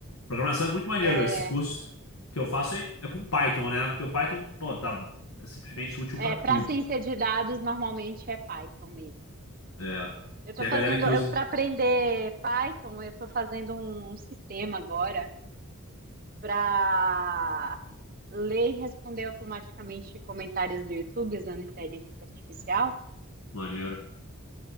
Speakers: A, on the left (about 75°); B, on the right (about 40°).
A: Programação é muito maneiro.
B: É,
A: Esse curso que eu faço é, é com Python, né? Porque o Python, pô, tá é simplesmente útil
B: é
A: pra tudo.
B: para ciência de dados normalmente é Python mesmo.
A: É.
B: Eu tô
A: Tem
B: fazendo,
A: a galera que
B: eu
A: usa.
B: para aprender Python, eu tô fazendo um um sistema agora para ler e responder automaticamente comentários do YouTube usando inteligência artificial.
A: Maneiro.